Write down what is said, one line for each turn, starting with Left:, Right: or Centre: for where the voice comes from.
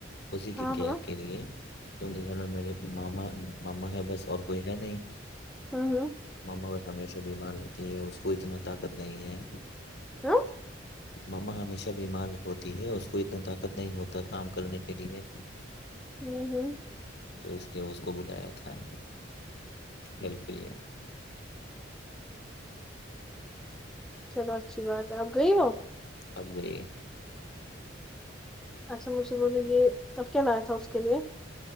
Left: اسی
Centre: ہاں
Left: کی کیئر
Centre: ہاں
Left: کے لیے کیونکہ ھر میں میرے ماما ماما ہے بس اور کوئی ہے نہیں
Centre: ہمم ہممم
Left: مما ب ہمیشہ بیمار رہتی ہے اس کو اتنا طاقت نہیں ہے
Centre: ہاں
Left: مما ہمیشہ بیمار ہوتی ہے اس کو اتنا طاقت نہیں ہوتا کام کرنے کے لیے
Centre: ہمم ہمم
Left: تو اس لیے اس کو بلایا تھا ہیلپ لیے
Centre: چلو اچھی بات ہے آپ گئی ہو
Left: اب گئی
Centre: اچھا مجھے بولے یہ تب کیا ل آیا تھا اس کے لیے